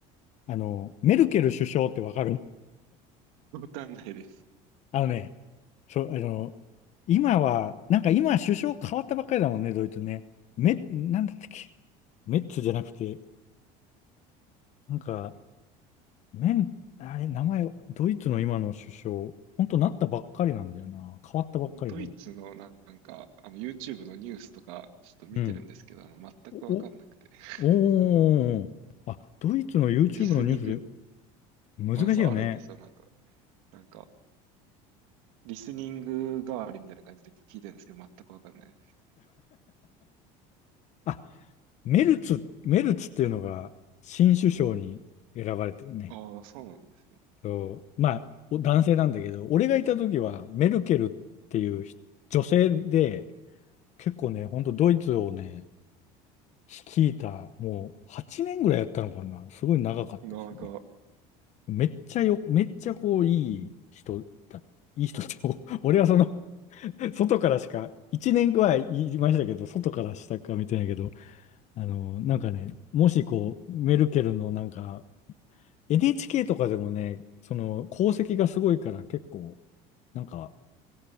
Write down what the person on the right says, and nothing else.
わかんないです。
<laughs>
ドイツのなんか、あの、YouTube のニュースとか、ちょっと見てるんですけど、
あの、全くわかんなくて。
<laughs>
リスニング、
あ、
そう、あるんですよ。なんか、なんか、リスニング代わりみたいな感じで聞いてるんですけど、全くわかんないです。
ああ、そうなんですね。
はい。
なんか、